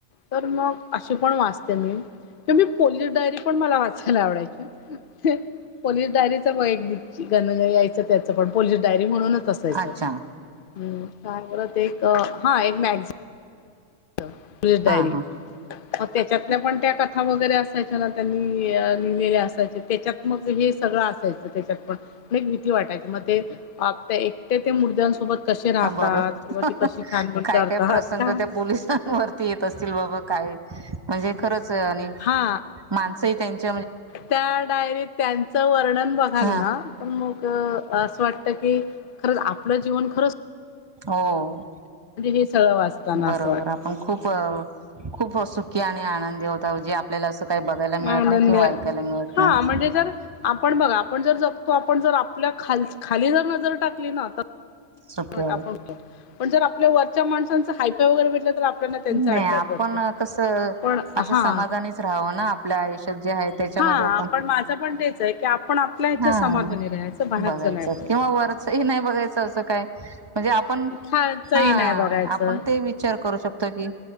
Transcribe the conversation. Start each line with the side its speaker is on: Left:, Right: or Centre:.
Left: तर मग अशी पण वाचते मी कि मी पोलीस डायरी पण मला वाचायला आवडायची. पोलीस डायरीच व एक दि घन यायचं <unintelligible> त्याच पण पोलीस डायरी म्हणूनच असायचं
Right: अच्छा
Left: ह् काण <unintelligible> करत <unintelligible> एक हा एक मॅगझीन डायरी
Right: हा हा
Left: मग त्याच्यातल्या पण त्या कथा वगैरे असायच्या ना त्यांनी <inaudible> लिहिलेल्या असायच्या त्याच्यात मग हे सगळं असायचं त्याच्यात पण मग एक <unintelligible> भीती वाटायची मग ते त्या एकट्या ते मुृद्यांसोबत कसे राहतात
Right: हा बरोबर
Left: किंवा ते कशी छानबन
Right: काय
Left: <unintelligible> करतात
Right: काय प्रसंग
Left: का
Right: त्या पोलिसांवरती येत असतील बाबा काय म्हणजे खरंच आणि
Left: हा
Right: माणसंही त्यांची
Left: त्या डायरीत त्यांचं वर्णन बघाल
Right: हा
Left: ना तर मग असं वाटत की खरचं आपलं जीवन खरचं
Right: हो
Left: हे सगळं वाचताना
Right: बरोबर
Left: असं वाटतं
Right: आपण खूप खूप सुखी आणि आनंदी होता <unintelligible> जे आपल्याला असं काही बघायला मिळत
Left: आनंद
Right: नाही किंवा ऐकायला मिळत
Left: हा
Right: नाही
Left: म्हणजे जर आपण बघा आपण जर जगतो. आपण जर आपल्या खाली, खाली जर नजर टाकली ना तर
Right: सुखी
Left: तोंडावर
Right: आहोत
Left: <inaudible> पडतो पण जर आपल्यार माणसचं हायफ वगैरे भेटलं तर आपल्याला त्यांचा
Right: नाही
Left: अट्रॅक्ट
Right: आपण
Left: वाटतो
Right: कस
Left: पण
Right: अस
Left: हा
Right: समाधानीच राहावं ना आपल्या आयुष्यात जे आहेत त्याच्यामध्ये
Left: हा
Right: आपण
Left: पण माझं पण तेच आहे की आपण आपल्या ह्याच्या
Right: हा
Left: समाधानी राहायचं बाहेरचं
Right: बघायच
Left: नाही बघ
Right: किंवा वरच <unintelligible> नाही बघायचं असं काय म्हणजे आपण
Left: खायचंही
Right: हा
Left: नाही बघायचं
Right: आपण ते विचार करू शकतो की